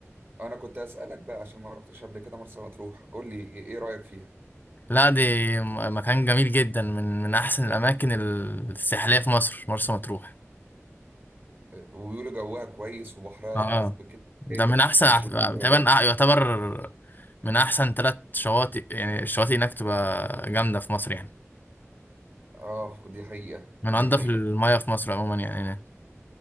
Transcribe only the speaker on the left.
لا دي م- مكان جميل جدا من من احسن الاماكن الساحليه في مصر مرسى مطروح
اه
ده
من
احسن
تقريبا يعتبر من احسن ثلاث شواطئ يعني الشواطئ هناك تبقى جامده في مصر يعني
من
انضف
المياه في مصر عموما يعني هناك.